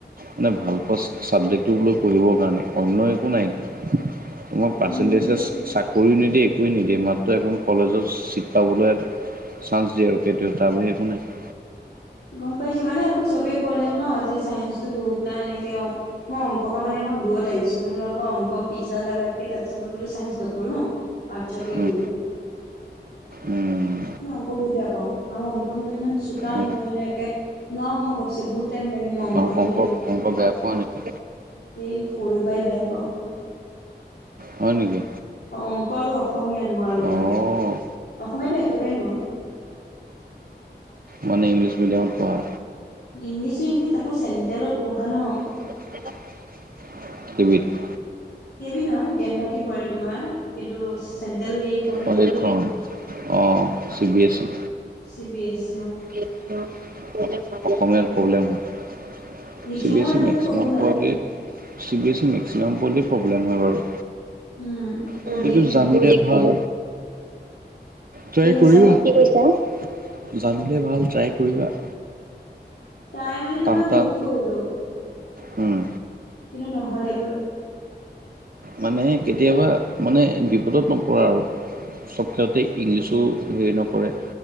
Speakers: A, on the right; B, on the left.
A: মানে ভাল পোৱা <inaudible> কৰি নিদিয়ে একোৱে নিদিয়ে মাত্ৰ এখন
B: গম
A: কলেজত
B: পাইছো
A: চিট পাবলৈ চান্স দিয়ে আৰু কেতিয়া তাৰ ব একো নাই।
B: গম পাইছো মানে আকৌ চবেই কলে ন যে চাইন্সো বহুত নাই এনেকে মই অংকৰ প পৰা মানে অকণ দূৰত আহিছো মোৰ আকৌ অংক পিঠা লগাক কে তাতা বোলে চাইন্ঞ্চ নকৰো আৰ্টছকে
A: উম,
B: কৰি লওঁ।
A: উম,
B: ম নাই অংক বহুত বেয়া পাও আৰু অংকন মই ইমান চোকা নহয়
A: উম।
B: নও মই ভাবছে বহুত টাইম লাগে মই অংকটো
A: অ' অংক
B: মানে ওলাওতে।
A: অংক বেয়া পোৱা নেকি?
B: এই সৰুৰ পৰাই বেয়া পাওঁ।
A: হয় নেকি?
B: অ অংক আৰু অসমীয়া নোৱাৰোঁ মই
A: অ'
B: অসমীয়াতটো একেবাৰে নোৱাৰোঁ।
A: মানে ইংলিছ মিডিয়ামত পঢ়া?
B: ইংলিছো ইংলিছ আকৌ চেণ্ট্ৰেলত পঢ়া ন।
A: <inaudible>
B: কেবি নহয় জ্ঞান ভাৰটি পৰে তোমাৰ কিন্তু, চেন্ট্ৰেল হেৰিয়ে পৰে
A: কলেজ
B: এইটো
A: অ C B S E?
B: C B S
A: অসমীয়াৰ প্ৰব্লেম চি
B: লিখিবও
A: বি এছ
B: নাজানো
A: ই মেক্সিমাম
B: ক'বও নাজানো
A: পোৱাল চিব বি এছ ই মেক্সিমাম পোৱালই প্ৰব্লেম হয় বাৰু।
B: উম। বহুত
A: উম,
B: দিগদাৰ
A: এইটো জানিলে
B: হয়
A: ভাল। টাই
B: কি কৈছা
A: কৰিবা। কি কৈছা? জানিলে ভাল ট্ৰাই কৰিবা।
B: ট্ৰাই মানে তোমাৰ
A: টান টান
B: বহুত কৰিলোঁ।
A: উম।
B: কিন্তু নহ'লে গৈ।
A: মানে কেতিয়াবা মানে বিপদত নপৰা আৰু চব ক্ষেত্ৰতে ইংলিছো হেৰি নকৰে।